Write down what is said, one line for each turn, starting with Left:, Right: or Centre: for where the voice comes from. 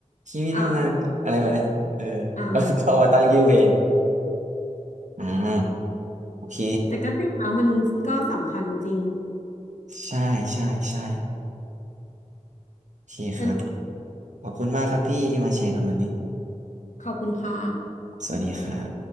Right: คิมิโนนาอะไรแบบเนี้ยเออแล้วก็เอามาตั้งชื่อเพลง
Left: อ่าอ่าอ
Right: อ่าโอเค
Left: แต่ก็จริงนะมันก็สำคัญจริง
Right: ใช่ใช่ใช่โอเคครับ
Left: เป็น
Right: ขอบคุณมากครับพี่ที่มาแชร์กันวันนี้
Left: ขอบคุณค่ะ
Right: สวัสดีครับ